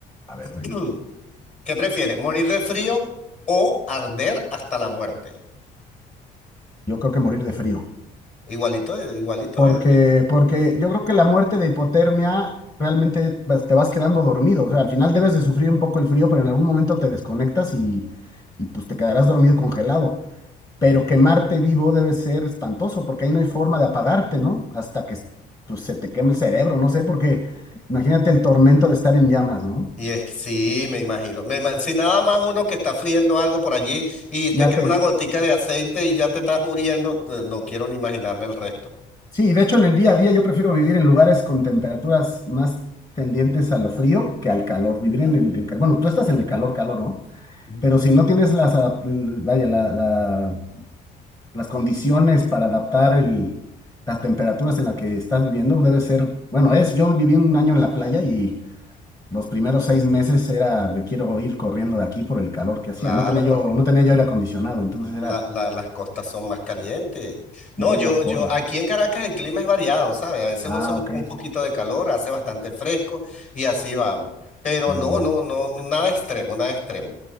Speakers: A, on the left; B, on the left.
A: A ver, venga.
B: <clears throat> ¿Qué prefieres? ¿Morir de frío o arder hasta la muerte?
A: Yo creo que morir de frío.
B: Igualito, igualito,
A: Porque,
B: ¿verdad?
A: porque yo creo que la muerte de hipotermia realmente vas- te vas quedando dormido. O sea, al final debes de sufrir un poco el frío, pero en algún momento te desconectas y, y pues te quedarás dormido y congelado. pero quemarte vivo debe ser espantoso, porque ahí no hay forma de apagarte, ¿no? Hasta que pues, se te queme el cerebro, no sé, porque imagínate el tormento de estar en llamas, ¿no?
B: Y es que sí, me imagino. Me ima- si nada más uno que está friendo algo por allí y te
A: Ya
B: cae
A: te...
B: una gotica de aceite y ya te estás muriendo, eh, no quiero ni imaginarme el resto.
A: Sí, de hecho en el día a día yo prefiero vivir en lugares con temperaturas más tendientes a lo frío que al calor, vivir en el, el calor. Bueno, tú estás en el calor, calor, ¿no?
B: Mm.
A: Pero si no tienes las, adap- l- vaya, la- la- las condiciones para adaptar el, las temperaturas en las que estás viviendo, debe ser, bueno, es, yo viví un año en la playa y... Los primeros seis meses era, me quiero ir corriendo de aquí por el calor que hacía.
B: Claro,
A: No tenía yo,
B: porque
A: no tenía yo aire acondicionado, entonces
B: la-
A: era,
B: la- las costas son más calientes. No,
A: no había
B: yo,
A: forma.
B: yo, aquí en Caracas el clima es variado, ¿sabes? A veces
A: Ah,
B: hace un,
A: ok,
B: un poquito de calor, hace bastante fresco y así vamos. Pero
A: muy
B: no,
A: bien.
B: no, no, no, nada extremo, nada extremo.